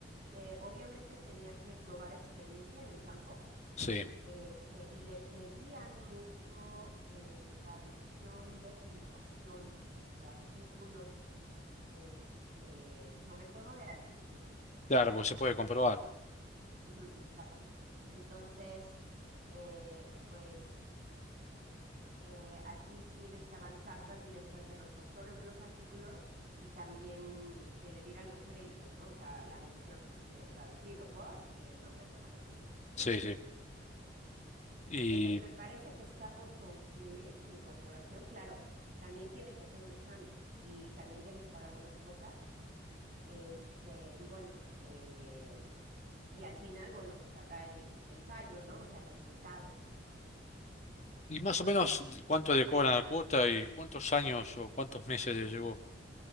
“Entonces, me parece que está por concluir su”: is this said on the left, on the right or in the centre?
Right